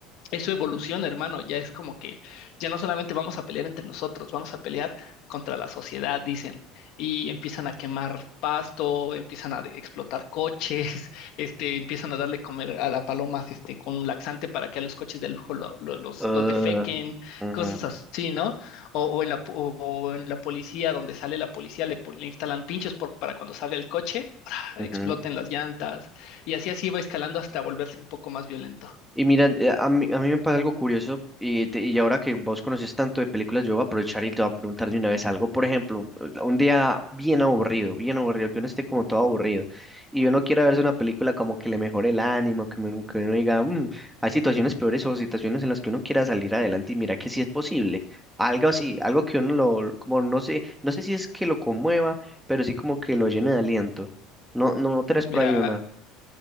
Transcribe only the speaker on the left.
eso evoluciona, hermano. Ya es como que ya no solamente vamos a pelear entre nosotros, vamos a pelear contra la sociedad, dicen. Y empiezan a quemar pasto, empiezan a de- explotar coches, <laughs> este, empiezan a darle comer a las palomas, este, con un laxante para que a los coches de lujo lo- lo- los,
los defequen,
cosas así, ¿no? O, o en la, po- o en la policía, donde sale la policía, le, pon- le instalan pinchos por- para cuando salga el coche, <smacks lips> exploten
las llantas. Y así así va escalando hasta volverse un poco más violento.
Mira,